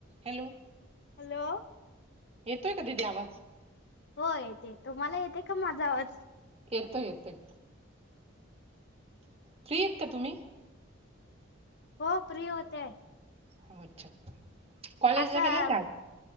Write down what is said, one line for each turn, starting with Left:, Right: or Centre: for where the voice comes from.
Right: Hello!
Left: Hello!
Right: येतोय का दिदी आवाज?
Left: होय ते येते तुम्हाला येते का माझा आवाज?
Right: येतो येतोय. फ्री आहेत का तुम्ही?
Left: हो फ्री होते.
Right: हो अच्छा! कॉलेजला
Left: असं
Right: गेला होता